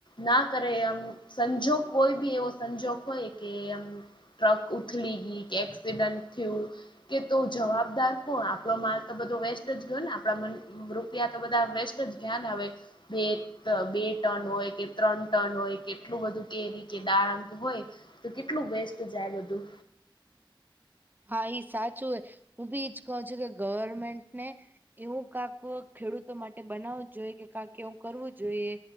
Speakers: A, on the left; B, on the right.
A: ના કરે એમ સંજોગ કોઈ બી એવો સંજોગ હોય કે આમ ટ્રક ઉથલી ગઈ કે એક્સિડન્ટ થયું કે તો જવાબ દાર કોણ આપણો માલ તો બધો વેસ્ટ જ ગયો ને આપણે રૂપિયા તો બધા વેસ્ટ જ ગયા હવે બે બે ટન હોય કે ત્રણ ટન હોય કે કેટલું બધું કેરી કે દારમ કે હોય તો કેટલું વેસ્ટ જાય બધું
B: હા ઈ સાચું હો હું બી જ કહું છું કે ગવર્મેન્ટ ને એવું કાંક ખેડૂતો માટે બનાવું જોઈએ કે કાંક એવું કરવું જોઈએ